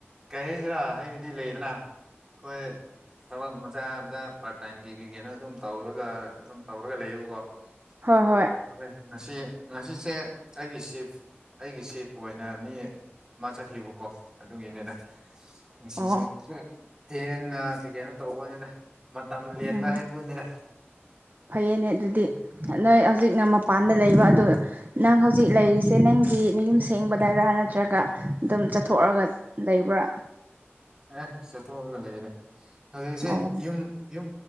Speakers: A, on the right (about 15°); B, on the right (about 45°).
A: ꯀꯩ ꯍꯥꯏꯩꯁꯤꯔꯥ ꯍꯕꯗꯤ ꯂꯩꯗꯅ ꯑꯩꯈꯣꯏ ꯊꯕꯛ ꯃꯆꯥ ꯃꯆꯥ ꯄꯥꯔꯠ ꯇꯥꯏꯝꯒꯤ ꯀꯩ ꯀꯅ ꯑꯗꯨꯝ ꯇꯧꯔꯒ ꯑꯗꯨꯝ ꯇꯧꯔꯒ ꯂꯩꯌꯦꯕꯀꯣ
B: ꯍꯣꯏ
A: ꯑꯗꯨꯕꯨꯗꯤ
B: ꯍꯣꯏ
A: ꯑꯩꯈꯣꯏ ꯉꯁꯤ ꯉꯁꯤꯁꯦ ꯑꯩꯒꯤ ꯁꯤꯐ ꯑꯩꯒꯤ ꯁꯦꯐ ꯑꯣꯏꯅ ꯃꯤ ꯑꯃ ꯆꯠꯈꯤꯕꯀꯣ ꯑꯗꯨꯒꯤꯅꯤꯅꯦ ꯃꯁꯤꯁꯦ
B: ꯑꯣ
A: ꯊꯦꯡꯅ ꯀꯩ ꯀꯩꯅꯣ ꯇꯧꯕꯅꯤꯅ ꯃꯇꯝ ꯂꯦꯟꯕ
B: ꯎꯝ
A: ꯍꯥꯏꯕꯗꯨꯅꯤꯔ
B: ꯐꯩꯌꯦꯅꯦ ꯑꯗꯨꯗꯤ ꯅꯣꯏ ꯍꯧꯖꯤꯛꯅ ꯃꯄꯥꯟꯗ ꯂꯩꯕ ꯑꯗꯨ ꯅꯪ ꯍꯧꯖꯤꯛ ꯂꯩꯔꯤꯁꯦ ꯅꯪꯒꯤ ꯅꯌꯨꯝ ꯁꯦꯡꯕꯗꯔꯥ ꯅꯠꯇ꯭ꯔꯒ ꯑꯗꯨꯝ ꯆꯠꯊꯣꯛꯑꯒ ꯂꯩꯕ ꯭ꯔꯥ
A: ꯑꯦ ꯆꯠꯊꯣꯛꯑꯒ ꯂꯩꯅꯦ ꯑꯗꯨꯁꯦ
B: ꯑꯣ
A: ꯌꯨꯝ ꯌꯨꯝ